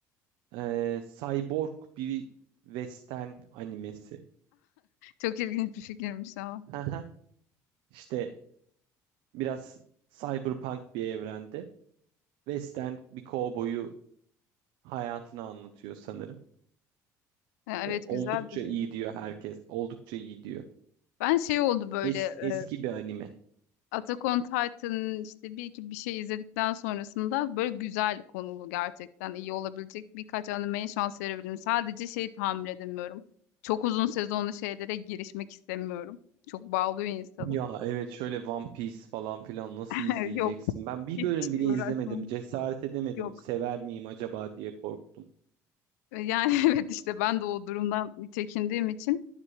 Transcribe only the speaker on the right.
Ee, Cyborg bir western animesi.
Haha. <laughs> İşte biraz cyberpunk bir evrende. Western bir kovboyu hayatını anlatıyor sanırım.
Ve oldukça
iyi diyor herkes. Oldukça iyi diyor.
Es-
eski bir anime.
Ya evet şöyle One Piece falan filan nasıl
izleyeceksin?
Ben bir
bölüm bile izlemedim.
Cesaret edemedim.
Sever miyim acaba diye korktum.